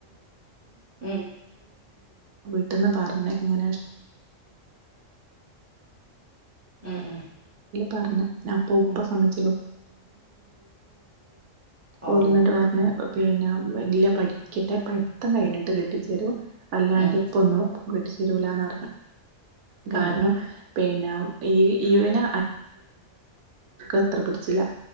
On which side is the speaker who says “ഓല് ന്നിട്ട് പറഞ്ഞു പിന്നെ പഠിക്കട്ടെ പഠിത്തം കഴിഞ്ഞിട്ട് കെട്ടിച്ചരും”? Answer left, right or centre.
Right